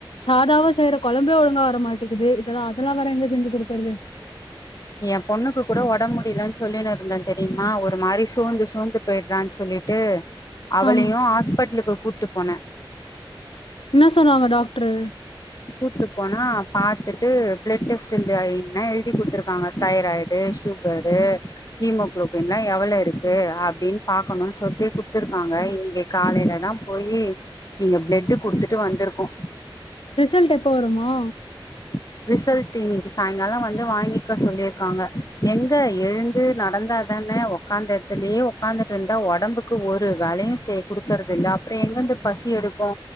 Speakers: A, on the left (about 80°); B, on the left (about 40°).
A: சாதாவா செய்யற குழம்பே ஒழுங்கா வர மாட்டேக்குது இதெல்லா அதெல்லாம் வேற எங்க செஞ்சு கொடுக்கறது
B: என் பொண்ணுக்கு கூட ஒடம்பு முடியலன்னு சொல்லின்னு இருந்தேன் தெரியுமா ஒரு மாரி சூழ்ந்து சூழ்ந்து பெய்றான் சொல்லிட்டு அவளையும்
A: ஆம்
B: ஹாஸ்பிட்டலுக்கு கூட்டு போன
A: என்ன சொன்னாங்க டாக்டரு
B: கூட்டு போனா பாத்துட்டு பிளட் டெஸ்ட்யடு ன எழுதி குடுத்து காங்க தைராய்டு சுகரு ஹீமோகுளோபின்லா எவ்ளவு இருக்கு அப்டின்னு பாக்கணும்னு சொட்டு குடுத்துயிருகாங்க இன்னன்கி காலையில தான் போயி இங்க பிளட்டு் குடுத்துட்டு வந்திருக்கோம்
A: ரிசல்ட் எப்போ வருமா
B: உம் ரிசல்ட் இன்னைக்கு சாயங்காலம் வந்து வாங்கிக்க சொல்லியிருக்காங்க எங்க எழுந்து நடந்ததானே உட்காந்ததுலயே உட்காந்துட்டு இருந்தா ஒடம்புக்கு ஒரு வேலையும் கொடுக்கறது இல்ல அப்புறம் எங்கந்து பசி எடு க்கு